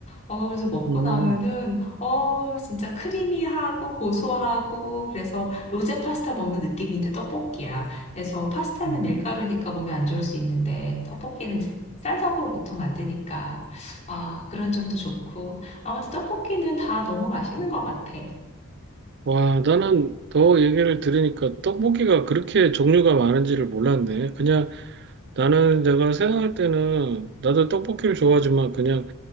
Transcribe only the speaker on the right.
음,
음.
와, 나는 더 얘기를 들으니까 떡볶이가 그렇게 종류가 많은지를 몰랐네. 그냥 나는 내가 생각할 때는 나도 떡볶이를 좋아하지만 그냥